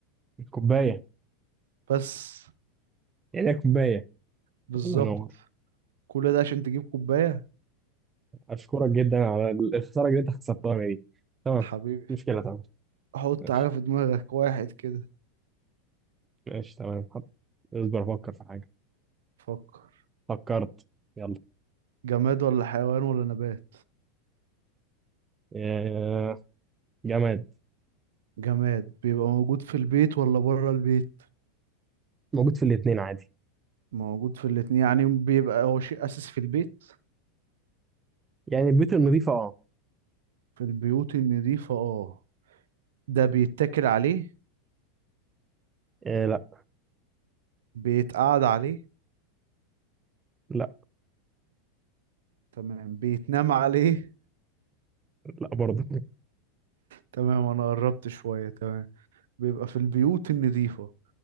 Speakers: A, on the right; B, on the right.
A: كوبايه
B: بس
A: يعني هي كوبايه
B: بالظبط
A: الله ينور
B: كل ده عشان تجيب كوباية
A: اشكرك جدا على الخساره اللي انت خسرتها دي تمام
B: حبيبي
A: مشكله تمام
B: حط
A: ماشي
B: حاجة في دماغك واحد كده
A: ماشي تمام حط اصبر افكر في حاجة
B: فكر
A: فكرت يلا
B: جماد ولا حيوان ولا نبات
A: آه، جماد
B: جماد بيبقى موجود في البيت ولا بره البيت
A: موجود في الاتنين عادي
B: موجود في الاتنين يعني بيبقى هو شيء أساسي في البيت
A: يعني البيوت النظيفة اه
B: في البيوت النظيفة اه ده بيتاكل عليه
A: آه، لا
B: بيتقعد عليه
A: لا
B: تمام بيتنام عليه
A: لا برضه
B: تمام انا قربت شوية تمام بيبقى في البيوت النظيفة